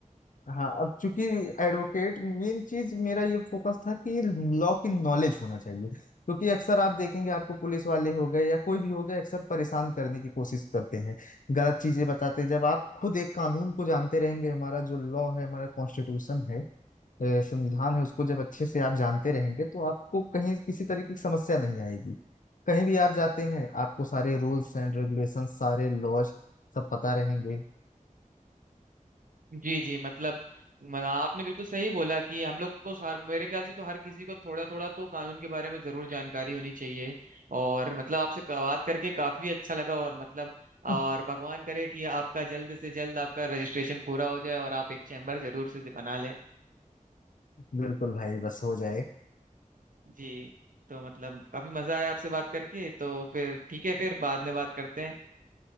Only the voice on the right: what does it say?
जी जी मतलब मतलब आपने बिल्कुल सही बोला कि हम लोग को सार मेरे ख्याल से तो हर किसी को थोड़ा थोड़ा तो कानून के बारे में जरूर जानकारी होनी चाहिए और मतलब आपसे क- बात करके काफी अच्छा लगा और मतलब
और भगवान करे कि आपका जल्द से जल्द आपका रजिस्ट्रेशन पूरा हो जाए और आप एक चैम्बर जरूर से बना लें
जी तो मतलब काफी मजा आया आपसे बात करके तो फिर ठीक है फिर बाद में बात करते हैं